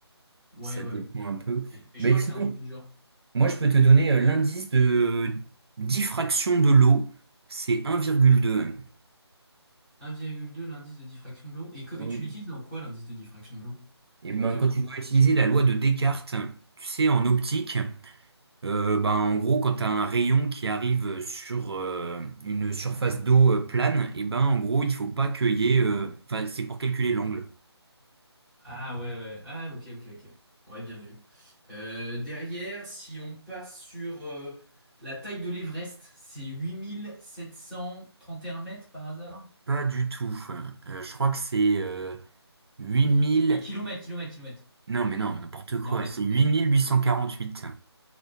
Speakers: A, in the centre; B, on the right.
A: Ouais,
B: Ça
A: ouais.
B: dépend un peu.
A: Ok. Et
B: Mais
A: je crois que
B: sinon,
A: c'est un truc du genre
B: moi, je peux te donner euh, l'indice de diffraction de l'eau. C'est 1,2.
A: 1,2 l'indice de diffraction de l'eau. Et, co-
B: Oui.
A: et tu l'utilises dans quoi l'indice de diffraction de l'eau?
B: Et ben,
A: Quelle
B: quand
A: formule?
B: tu dois utiliser la loi de Descartes, tu sais, en optique. Euh, ben, en gros, quand tu as un rayon qui arrive sur euh, une surface d'eau euh, plane, et ben en gros, il faut pas qu'il y ait. euh, Enfin, c'est pour calculer l'angle.
A: Ah ouais, ouais. Ah ok, ok, ok. Ouais, bien vu. Euh, derrière, si on passe sur euh, la taille de l'Everest, c'est 8731 mètres par hasard?
B: Pas du tout. Euh, je crois que c'est euh, huit mille.
A: Euh, kilomètres, kilomètres, kilomètres.
B: Non, mais non, n'importe quoi.
A: Non, mètres.
B: C'est huit
A: Mètres.
B: huit mille huit cent quarante-huit.